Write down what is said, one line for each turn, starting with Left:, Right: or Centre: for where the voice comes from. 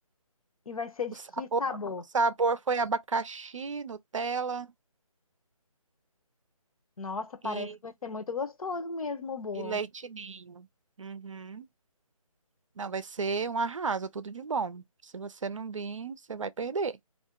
Left: E vai ser
Right: O
Left: de
Right: sabor,
Left: que sabor?
Right: o sabor foi abacaxi, Nutella
Left: Nossa, parece
Right: e,
Left: que vai ser muito gostoso mesmo o bolo.
Right: e leite ninho. Uhum. Não, vai ser um arraso, tudo de bom. Se você não vir, você vai perder.